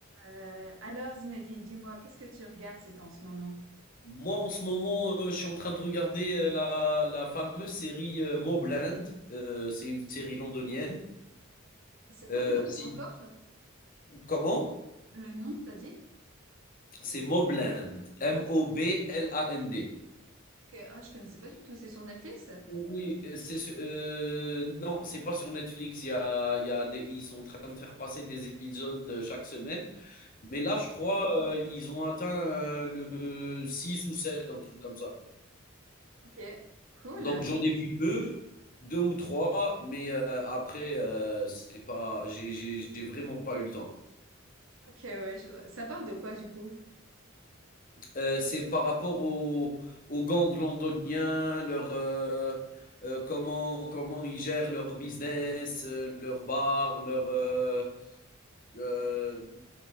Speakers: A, on the right (about 80°); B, on the left (about 45°).
A: Euh, alors, Zinedine, dis-moi, qu'est-ce que tu regardes c'est en ce moment?
B: Moi, en ce moment, euh, je suis en train de regarder euh, la, la fameuse série euh, Mobland. Euh, c'est une série londonienne.
A: C'est
B: Euh,
A: quoi le nom
B: si-
A: encore?
B: comment?
A: Le nom, t'as dit?
B: C'est Mobland. M-O-B-L-A-N-D.
A: Ok, Ah, je connaissais pas du tout. C'est sur Netflix?
B: Oui, euh, c'est su- euh, non, c'est pas sur Netflix. Il y a, il y a des, ils sont en train de faire passer des épisodes euh, chaque semaine. Mais là,
A: Ok.
B: je crois, euh, ils ont atteint euh, le 6 ou 7, un truc comme ça.
A: Ok, cool.
B: Donc j'en ai vu deux, 2 ou 3, mais heu, après, heu, c'est pas j'ai j'ai j'ai vraiment pas eu le temps.
A: Ok, ouais. je- Ça parle de quoi du coup?
B: Heu, c'est par rapport aux aux gangs londoniens, leur, heu heu, comment comment ils gèrent leur business, heu, leurs bars, leur heu heu,